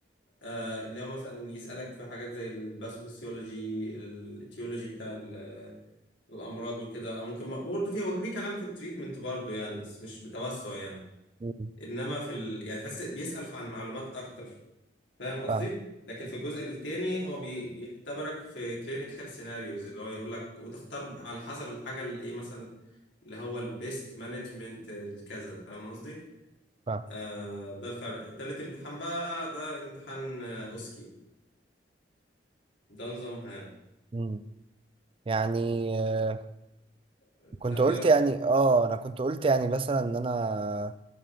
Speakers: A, on the left (about 80°); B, on the right (about 30°).
A: آه، اللي هو مثلا يسألك في حاجات زي الباثوفيسيولوجي التيولوجي بتاع ال- الأمراض وكده أو ممكن برضه فيه هو في كلام في التريتمنت برضه يعني بس مش بتوسع يعني
B: مم.
A: إنما في ال... يعني تحس بيسأل عن معلومات أكتر فاهم قصدي؟
B: فاهم
A: لكن في الجزء التاني هو بي... بيختبرك في كلينيكال سيناريوز اللي هو يقول لك وتختار على حسب الحاجة اللي إيه مثلا اللي هو البيست مانجمنت الكذا فاهم قصدي؟
B: فاهم
A: آه ده الفرق تالت امتحان بقى ده امتحان آه، أوسكي ده نظامها يعني
B: مم. يعني آه،
A: انت
B: كنت
A: ايه
B: قلت
A: رأ-
B: يعني اه انا كنت قلت يعني مثلا ان انا